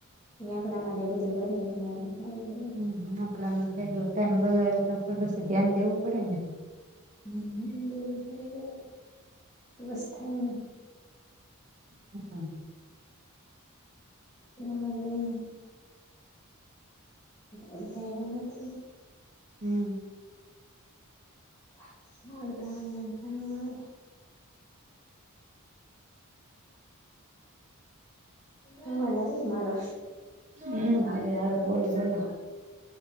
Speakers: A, on the left; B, on the right.
A: એ આપડા માટે બધું કરે, એટલે આપડે સારું કેવાય.
B: હમ, આપડા માટે એટલો ટાઈમ બગાડે, તો આપે પસી ધ્યાન દેવું પડે ને.
A: હમ, દેવું પડે, ધ્યાન તો જ થાય ને.
B: હમ.
A: એમ નેમ કંઈ ની. અડધા એવા નથી.
B: હમ.
A: <unintelligible> હા, રાઈટ મારો.
B: હમ, આવે, આવે. બોલો, બોલો.